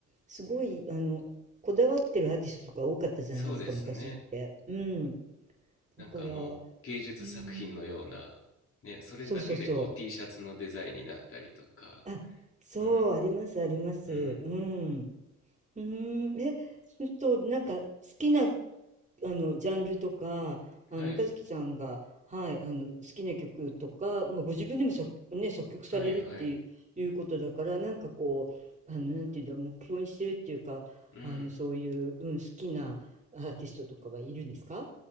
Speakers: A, on the right; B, on the left.
A: すごい、あの、こだわってるアーティストとか多かったじゃないですか、
B: そうですね。
A: 昔って。うん。だから、
B: なんかもう芸術作品のような、
A: うーん、
B: ね、それだけでこう
A: そうそうそう。
B: T シャツのデザインになったりとか、
A: あ、そう、
B: うん、
A: ありますあります。
B: うん、
A: うん。うーん、え、そうすると、なんか、好きな、あの、ジャンルとか、あの、
B: はい、
A: 和樹さんが、はい、あの、好きな曲とか、まあ、ご自分でも作、ね、作曲されるっていう、
B: はい、はい、
A: いうことだから、なんかこう、あの、なんていうんだろう、目標にしてるっていうか、
B: うん、
A: あの、そういう、うん、好きなアーティストとかはいるんですか